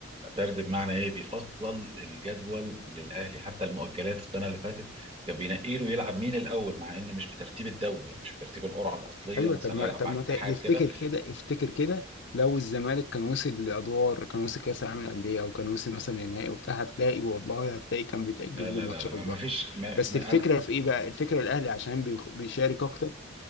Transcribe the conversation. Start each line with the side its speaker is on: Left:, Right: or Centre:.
Right: تردد بمعنى ايه بيفصل الجدول للاهلي حتى المؤجلات السنه اللي فاتت كان بينقي له يلعب مين الاول مع ان مش بترتيب الدوري يعني مش بترتيب القرعه الاصليه
Left: ايوه
Right: مثلا
Left: طب ما
Right: هيلعب
Left: طب
Right: مع
Left: ما
Right: الاتحاد
Left: ت- تفتكر
Right: كده
Left: كده افتكر كده لو الزمالك كان وصل لادوار كان وصل كاس العالم للانديه او كان وصل مثلا للنهائي وبتاع هتلاقي والله هتلاقي كان بيتاجل
Right: لا لا
Left: له ماتشات
Right: لا لا
Left: برضه
Right: ما فيش ما
Left: بس
Right: ما
Left: الفكره
Right: انا
Left: في ايه بقى الفكره الاهلي عشان بيخ- بيشارك اكتر